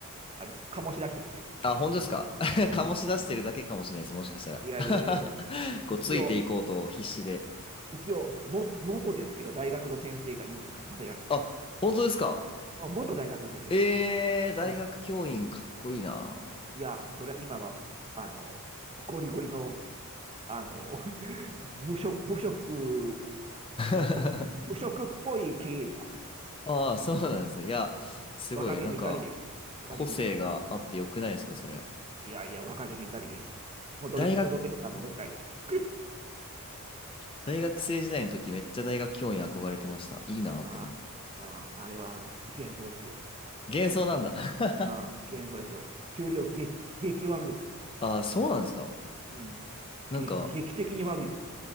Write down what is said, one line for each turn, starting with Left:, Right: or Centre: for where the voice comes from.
Right: あれ、醸し出してますよ、しゅんさ
Left: あ、本当ですか。<laughs>
Right: うん。
Left: 醸し出してるだけかもしれないです。
Right: うん。
Left: もしかしたら。
Right: いやいやいやいや、
Left: <laughs>
Right: い一応、
Left: こう、ついていこうと必死で。
Right: 一応、も、元ですけど、大学の先生が言うんですかまさ言わないですよ。
Left: あ、本当ですか。
Right: あ元大学の先生。
Left: えー、大学教員かっこいいな。
Right: うん。いや、それは今は、あの、ゴリゴリの、あの、<laughs> 無職、無職、無職、
Left: <laughs>
Right: 無職っぽい経営者。
Left: ああ、そうなんですね。いや、
Right: うん、
Left: すごい、
Right: 若気の至りです。
Left: なんか、
Right: 若気の至り。
Left: 個性があってよくないですか、それ。
Right: いやいや、若気の至りです。戻り、
Left: 大学、
Right: 戻れるなら戻りたいです。
Left: 大学生時代の時、めっちゃ大学教員憧れてました。いいなって思って。
Right: ああ、ああ、あれは幻想ですよ。
Left: 幻想なんだ。<laughs>
Right: ああ、幻想ですよ。給料激、激悪ですよ。
Left: ああ、そうなんですか。
Right: うん。
Left: なんか、
Right: 劇、劇的に悪いですよ。